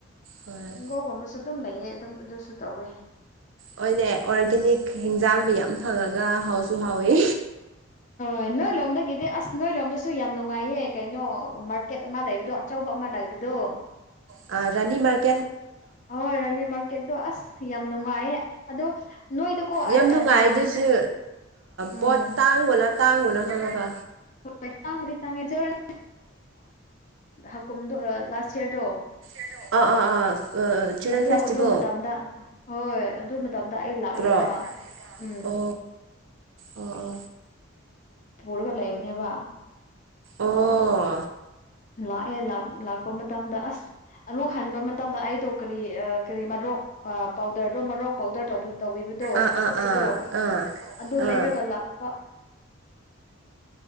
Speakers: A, on the right; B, on the left.
A: ꯍꯣꯏ
B: ꯍꯤꯡꯒꯣꯜꯒꯨꯝꯕꯁꯨ ꯑꯗꯨꯝ ꯂꯩꯑ ꯑꯗꯨꯝ ꯑꯗꯨꯁꯨ ꯇꯧꯋꯤ
A: ꯍꯅꯦ ꯑꯣꯔꯒꯦꯅꯤꯛ ꯍꯤꯟꯖꯥꯡ ꯃꯌꯥꯝ ꯐꯪꯉꯒ ꯍꯥꯎꯁꯨ ꯍꯥꯎꯋꯤ
B: ꯍ ꯅꯣꯏ ꯂꯣꯝꯗꯒꯤꯗꯤ ꯑꯁ ꯅꯣꯏ ꯂꯣꯝꯗꯁꯨ ꯌꯥꯝ ꯅꯨꯡꯉꯥꯏꯌꯦ ꯀꯩꯅꯣ ꯃꯥꯔꯀꯦꯠ ꯑꯃ ꯂꯩꯕꯗꯣ ꯑꯆꯧꯕ ꯑꯃ ꯂꯩꯕꯗ ꯑꯗꯨꯣ
A: ꯑ ꯔꯅꯤ ꯃꯥꯀꯦ
B: ꯍꯣꯏ ꯔꯥꯅꯤ ꯃꯥꯔꯀꯦꯠꯇꯗꯣ ꯑꯁ ꯌꯥꯝ ꯅꯨꯡꯉꯥꯏꯌꯦ ꯑꯗꯣ ꯅꯣꯏꯗꯀꯣ ꯑꯩꯅ
A: ꯌꯥꯝ ꯅꯨꯡꯉꯥꯏ
B: ꯅꯍꯥꯟ
A: ꯑꯗꯨꯁꯨ
B: ꯎꯝ
A: ꯄꯣꯠ ꯇꯥꯡꯒꯣꯅ ꯇꯥꯡꯒꯣꯅ ꯈꯥꯉꯕ
B: ꯍꯣꯏ ꯇꯥꯡꯔꯤ ꯇꯥꯡꯦ ꯆ ꯍꯥꯀꯨꯝꯗꯣ ꯂꯥꯁ ꯏꯌꯥꯔꯗꯣ
A: ꯑ ꯑ ꯑꯥ ꯑꯥ ꯆꯤꯜꯗ꯭ꯔꯦꯟ
B: ꯑꯗꯨ
A: ꯐꯦꯁꯇꯤꯚꯦꯜ
B: ꯑꯗꯨ ꯃꯇꯝꯗ ꯍꯣꯏ ꯑꯗꯨ ꯃꯇꯝꯗ ꯑꯩ ꯂꯥꯛꯑꯦꯕ
A: ꯄꯨ꯭ꯔꯣ ꯑꯣ
B: ꯎꯝ
A: ꯑꯣ
B: ꯄꯨꯔꯒ ꯂꯩꯕꯅꯦꯕ
A: ꯑꯣ ꯑꯣ
B: ꯑꯗꯣ ꯂꯥꯛꯑꯦ ꯂꯥꯛꯄ ꯃꯇꯝꯗ ꯑꯁ ꯑꯃꯨꯛ ꯍꯟꯕ ꯃꯇꯝꯗ ꯑꯩꯗꯣ ꯀꯔꯤ ꯀꯔꯤ ꯃꯔꯗ꯭ꯔꯣꯛ ꯄꯥꯎꯗꯔ ꯃꯔꯣꯛ ꯃꯔꯣꯛ ꯄꯥꯎꯗꯔ ꯇꯧꯕꯤꯕꯗꯣ
A: ꯑꯥ ꯑꯥ
B: ꯀꯨꯞꯄꯗꯣ
A: ꯑꯥ ꯑꯥ
B: ꯑꯗꯨ
A: ꯑꯥ
B: ꯂꯩꯔꯒ ꯂꯥꯛꯄ